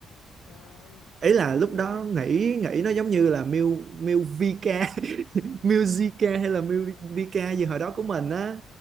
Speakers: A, on the left (about 90°); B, on the right (about 50°).
A: trời ơi.
B: ý là
A: còn
B: lúc
A: tôi
B: đó
A: á là
B: nghĩ nghĩ nó giống như là Miu Miu VK <laughs>
A: ừ ừ
B: Musica
A: ừ ừ à
B: hay là Miu
A: à
B: VK
A: hiểu
B: gì
A: hiểu
B: hồi
A: hiểu
B: đó
A: hiểu
B: của mình á